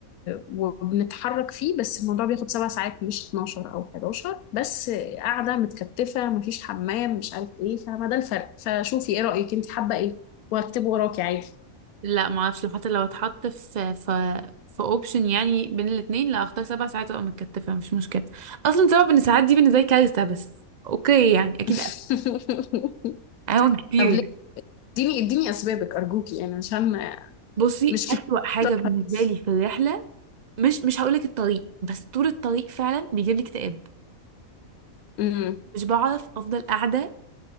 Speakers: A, on the left; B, on the right.
A: وبنتحرك فيه بس الموضوع بياخد سبع ساعات مش 12 او 11 بس قاعده متكتفه مفيش حمام مش عارف ايه فما ده الفرق فشوفي ايه رايك انت حابه ايه وهكتبه وراكي عادي
B: لا ما اعرفش لو حتى لو اتحط في في في اوبشن يعني بين الاثنين لا اختار سبع ساعات ابقى متكتفه مش مشكله اصلا سبع بن ساعات دي بالنسبه لي كارثه بس اوكي يعني اكيد
A: <laughs>
B: اهون كتير
A: طب ليه
B: يعني
A: اديني اديني اسبابك ارجوكي يعني عشان ما-
B: بصي
A: مش كتير
B: اسوأ حاجه
A: طب
B: بالنسبه
A: كويس.
B: لي في الرحله مش مش هقول لك الطريق بس طول الطريق فعلا بيجيب لي اكتئاب
A: أمم.
B: مش بعرف افضل قاعده